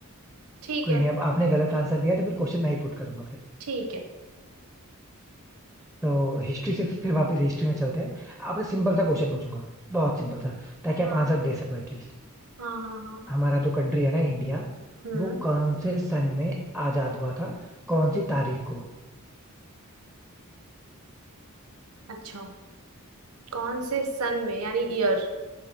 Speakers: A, on the right; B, in the centre.
A: ठीक
B: कोई
A: है
B: नहीं अब आपने गलत आंसर दिया तो फिर क्वेश्चन मैं ही पुट करूंगा फिर
A: ठीक है
B: तो हिस्ट्री से फिर वापस हिस्ट्री में चलते हैं आपसे सिंपल
A: हम्म,
B: सा क्वेश्चन पूछूंगा बहुत सिंपल सा ताकि आप
A: हाँ
B: आंसर दे सको एटलीस्ट
A: हाँ हाँ हाँ
B: हमारा जो कंट्री है ना इंडिया
A: हम्म
B: वो कौन से सन में आजाद हुआ था कौन सी तारीख को
A: अच्छा कौन से सन में यानी ईयर